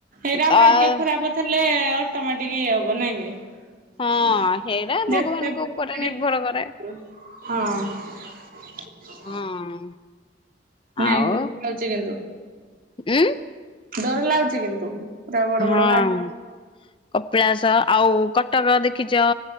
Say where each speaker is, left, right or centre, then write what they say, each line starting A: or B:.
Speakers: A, on the right; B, on the left.
A: ଏଇରା
B: ତା
A: ଭାଗ୍ୟ ଖରାପ ଥିଲେ ଟମାଟିକି ଇଏ ହବ ନାଇଁ କି?
B: ହଁ ହେଇଟା ଭଗବାନଙ୍କ
A: ଯେତେ <unintelligible>
B: ଉପରେ ନିର୍ଭର କରେ।
A: ହଁ
B: ହଁ।
A: ନାଇ
B: ଆଉ
A: ଦେଖୁଛି କିନ୍ତୁ।
B: ଉଁ?
A: ଡର ଲାଗୁଚି କିନ୍ତୁ ପୁରା ବଡ
B: ହଁ
A: ବଡ ଘାଟି
B: କପିଳାସ ଆଉ କଟକ ଦେଖିଚ